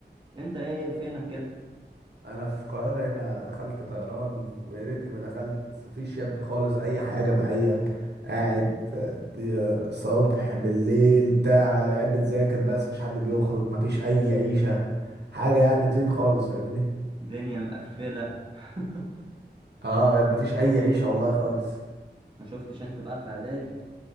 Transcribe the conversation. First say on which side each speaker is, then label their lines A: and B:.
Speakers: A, on the right; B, on the right.
A: انت ايه فينك كده
B: انا في القاهره هنا دخلت طيران ويا ريتني ما دخلت مفيش يا ابني خالص اي حاجه معايا قاعد آه، دي- صبح بالليل بتاع لعب بتذاكر بس مفيش حد بيخرج مفيش اي عيشه حاجه يعني طين خالص فاهمني
A: الدنيا مقفلة <laughs>
B: اه يا ابني مفيش اي عيشه والله خالص
A: ما شفتش انت بقى في اعدادي